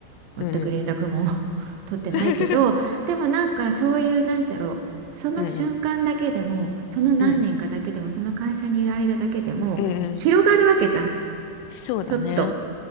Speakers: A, on the right (about 75°); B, on the left (about 85°).
A: 全く連絡も
B: うん。うん
A: <laughs> 取ってないけどでもなんかそういうなんてやろうその瞬間だけでもその何年かだけでもその会社にいる間だけでも広がるわけじゃん
B: <laughs> うんうんうん。うんうん。うんうん。そうだね。
A: ちょっと。